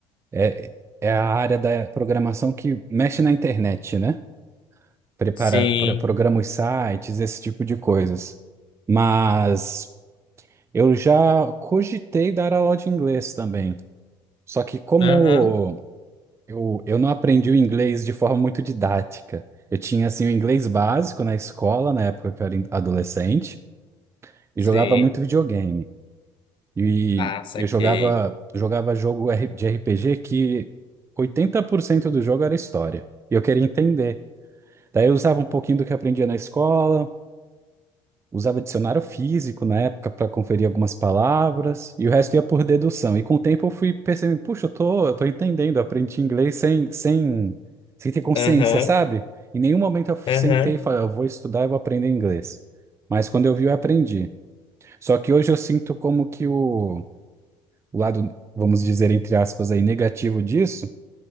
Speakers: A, on the right (about 20°); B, on the left (about 45°).
A: É, é a área da programação que mexe na internet, né? Prepara,
B: Sim.
A: pro- programa os sites, esse tipo de coisas. Mas eu já cogitei dar aula de inglês também. Só que como
B: Aham.
A: Eu, eu não aprendi o inglês de forma muito didática. Eu tinha, assim, o inglês básico na escola, na época que eu era adolescente, e
B: Sim.
A: jogava muito videogame. E
B: Ah, saquei.
A: eu jogava, jogava jogo R- de RPG que 80% do jogo era história. E eu queria entender. Daí eu usava um pouquinho do que eu aprendia na escola, Usava dicionário físico na época para conferir algumas palavras, e o resto ia por dedução. E com o tempo eu fui percebendo, puxa, eu tô, eu tô entendendo, eu aprendi inglês sem, sem, sem ter consciência,
B: Aham.
A: sabe? Em nenhum momento eu sentei
B: Aham.
A: e falei, "Ah, eu vou estudar, eu vou aprender inglês. Mas quando eu vi, eu aprendi. Só que hoje eu sinto como que o, o lado, vamos dizer, entre aspas, aí, negativo disso.